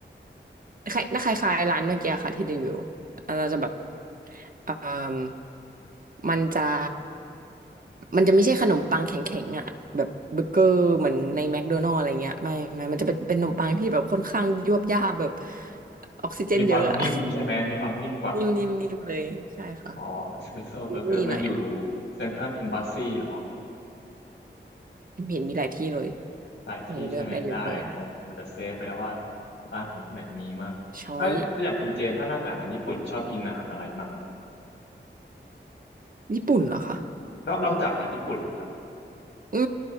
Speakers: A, on the right (about 45°); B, on the left (about 85°).
A: <laughs> คล้ายน่าคล้ายๆร้านเมื่อกี้ค่ะที่รีวิวเราจะแบบเอ่มมันจะมันจะไม่ใช่ขนมปังแข็งๆอ่ะแบบเบอร์เกอร์เหมือนในแมคโดนัลด์อะไรเงี้ยไม่ไม่มันจะเป็นเป็นขนมปังที่แบบค่อนข้างยวบยาบแบบออกซิเจนเยอะอ่ะ
B: มีความนิ่มใช่ไหมมีความนิ่มกว่า
A: <laughs> นิ่มนิ่มนิ่มเลยใช่ค่ะ
B: อ๋อสมิสเตเบอร์เกอร์มันอยู่
A: ยุ่ยๆหน่อยอ่ะ
B: เซ็นทรัลเอมบ s สซีเหรอ
A: เห็นมีหลายที่เลย
B: หลายที่ใช่ไหมได้ผมผมจะเซฟไปแล้วว่าแถวบ้านผมที่ไหนมีมั่งถ้าอย่างคุณเจนถ้านอกจากอาหารญี่ปุ่นชอบกินอาหารอะไรมั่งอะ
A: เลือกได้เยอะเลยช้อยญี่ปุ่นเหรอคะ
B: นอกนอกจากอาหารญี่ปุ่นนะครับ
A: อื